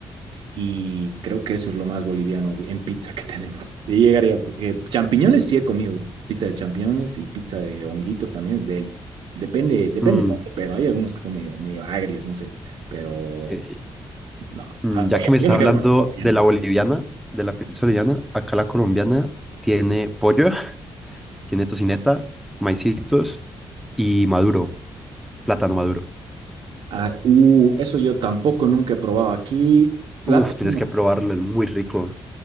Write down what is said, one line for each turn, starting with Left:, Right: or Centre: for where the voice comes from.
Right: Y creo que eso es lo más boliviano en pizza que <laughs> tenemos. Y llegaría, porque champiñones sí he comido, pizza de champiñones y pizza de honguitos también es deli. Depende, depende
Centre: Mm,
Right: de dónde, pero hay algunos que son medio, medio agrios, no sé. Pero
Centre: ok.
Right: no,
Centre: Mm,
Right: hawaiano.
Centre: Ya que me estás
Right: Yo me
Centre: hablando
Right: quedo con el hawaiano.
Centre: de la boliviana, de la pizza boliviana, acá la colombiana tiene pollo, <laughs> tiene tocineta, maicitos y maduro, plátano maduro.
Right: Ah, uh, eso yo tampoco nunca he probado aquí. Plátano.
Centre: Uf, tienes que probarlo, es muy rico.